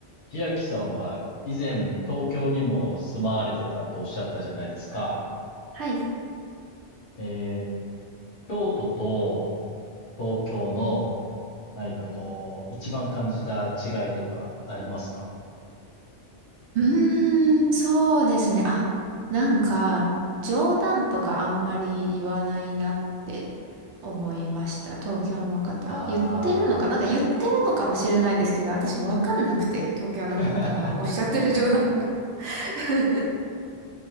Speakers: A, on the left; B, on the right.
A: 千秋さんは以前東京にも住まわれてたとおっしゃったじゃないですか。
B: はい。う
A: えー京都と東京の何かこう、一番感じた違いとかありますか
B: ーん、そうですね。あ、なんか、冗談とかあんまり言わないなって思いました。東京の方。
A: あ
B: 言ってるのか、なんか言ってるのかもしれないですけど、私わかんなくて、東京の方のおっしゃってる冗談が。
A: あー、
B: <laughs>